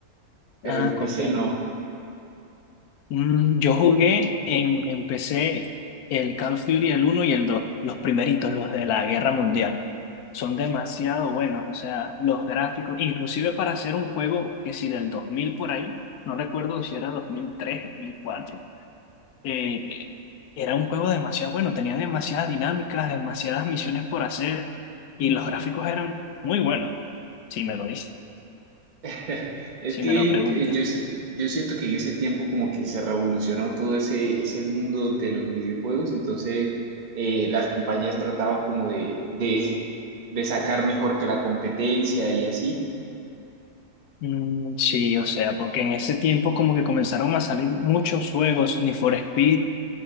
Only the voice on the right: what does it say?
pero
empecé
no.
<laughs> Es
que
eh, yo, sí- yo siento que en ese tiempo como que se revolucionó todo ese, ese mundo de los videojuegos, entonces eh, las compañías trataban como de, de, <laughs> de sacar mejor que la competencia y así,